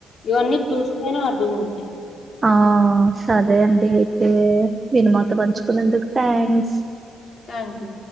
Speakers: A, on the left; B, on the right.
A: ఇవన్నీ చూస్తేనే అర్థమవుతాయి
B: ఆ సరే అండి అయితే వినుమాత పంచుకునేందుకు థ్యాంక్స్
A: థ్యాంక్ యూ